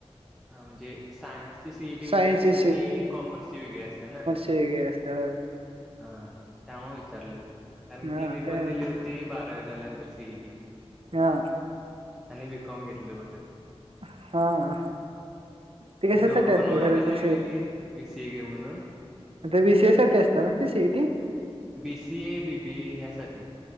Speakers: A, in the centre; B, on the right.
A: हा म्हणजे सायन्स ची सीई टी वेगळी
B: सायन्सची
A: असते आणि कॉमर्सची वेगळी असते ना.
B: क आहे असं हो.
A: हा त्यामुळे विचारलं कारण
B: हा
A: की मी
B: ते
A: पण दिली होती बारावी झाल्यानंतर सीईटी.
B: हा.
A: आणि बीकॉम घेतले होत.
B: हा. ते
A: ही
B: कशासाठी
A: दोघं
B: असतं
A: पण मागायला
B: खरं ते
A: लागलेली आहेत बीसीए घे म्हणून.
B: ते बी सी ए साठी असतात ना ती CED.
A: B C A B बी ए यासाठी.